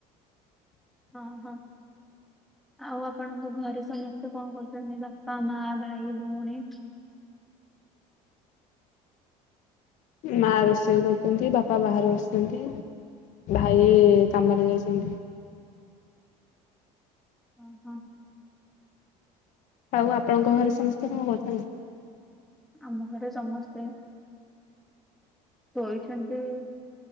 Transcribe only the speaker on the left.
ମା ରୋଷେଇ କରୁଚନ୍ତି ବାପା ବାହାରେ ବସିଚ। ନ୍ତି ଭାଇ କାମରେ ଯାଇଛନ୍ତି।
ଆଉ ଆପଣଙ୍କ ଘରେ ସମସ୍ତେ କଣ କରୁଛନ୍ତି?